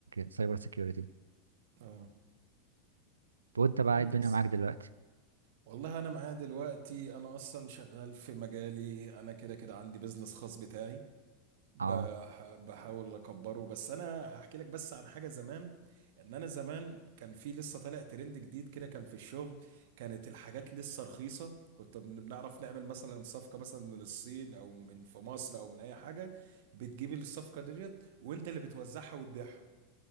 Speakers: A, on the right (about 80°); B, on the right (about 60°).
A: سايبر سيكيورتي
B: اه
A: وانت بقى
B: كويس
A: إيه الدنيا معاك دلوقتي
B: والله انا معايا دلوقتي انا اصلا شغال في مجالي انا كده كده عندي بزنس خاص بتاعي بح
A: اه.
B: بحاول اكبره بس انا هحكي لك بس عن حاجه زمان ان انا زمان كان في لسه طالع ترند جديد كده كان في الشغل كانت الحاجات لسه رخيصه كنت بن- بنعرف نعمل مثلا صفقه مثلا من الصين او من في مصر او من اي حاجه بتجيب الصفقه ديت وانت اللي بتوزعها وتبيعها